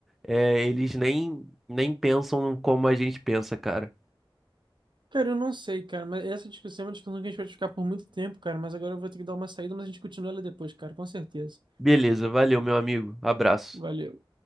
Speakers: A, in the centre; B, on the right (about 60°).
A: é, eles nem, nem pensam como a gente pensa, cara.
B: Cara, eu não sei, cara, mas essa discussão é uma discussão que a gente vai ficar por muito tempo, cara, mas agora eu vou ter que dar uma saída, mas a gente continua ela depois, cara, com certeza.
A: Beleza, valeu, meu amigo. Abraço.
B: Valeu.